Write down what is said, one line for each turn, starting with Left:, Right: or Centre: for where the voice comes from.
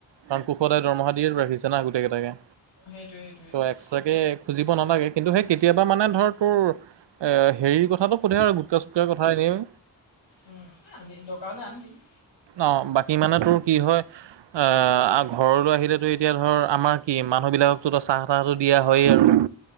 Right: কাৰণ কুশদাই দৰমহা দি ৰাখিছে না গোটেই কেইটাকে।
Left: সেইটোৱে সেইটোৱে
Right: তো এক্সট্ৰাকে
Left: তাকে
Right: খুজিব নালাগে, কিন্তু সেই কেতিয়াবা মানে ধৰ তোৰ হেৰিৰ কথাটো সোধে আৰু গুটকা-চুটকা কথা এনেই।
Left: উম, এ আনি, দৰকাৰ হ'লে আনি দিম।
Right: অ' বাকী মানে তোৰ কি হয়। অ' ঘৰলৈ আহিলেতো এতিয়া ধৰ আমাৰ। কি মানুহ বিলাক তু চাহ তাহটো দিয়া হয়য়ে আৰু।